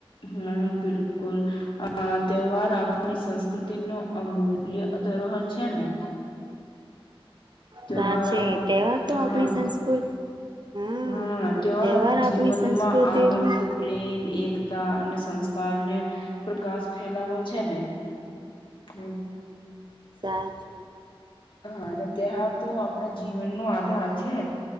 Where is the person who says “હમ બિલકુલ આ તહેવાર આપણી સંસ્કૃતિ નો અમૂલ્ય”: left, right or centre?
Left